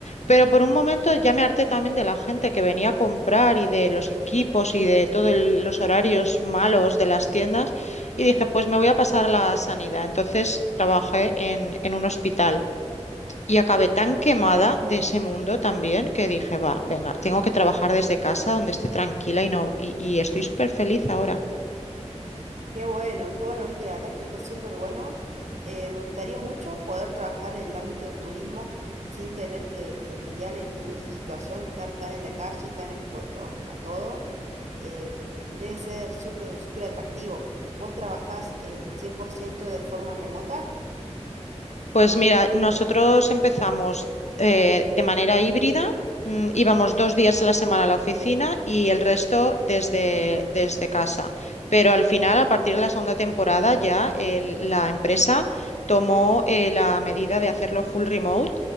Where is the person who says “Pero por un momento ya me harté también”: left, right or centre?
Left